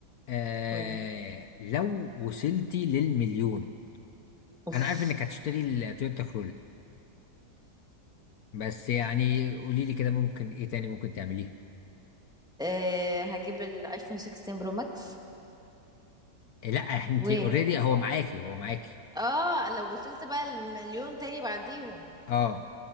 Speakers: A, on the left (about 65°); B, in the centre.
A: آه
B: قولي
A: لو وصلتي للمليون
B: اوف
A: انا عارف انك هتشتري التويوتا كرولا بس يعني قولي لي كده ممكن ايه تاني ممكن تعمليه
B: أه هجيب الايفون 16 برو ماكس
A: إيه، لا انت
B: و
A: اوريدي هو معاكي هو معاكي
B: اه لو وصلت بقى المليون تاني بعديهم
A: اه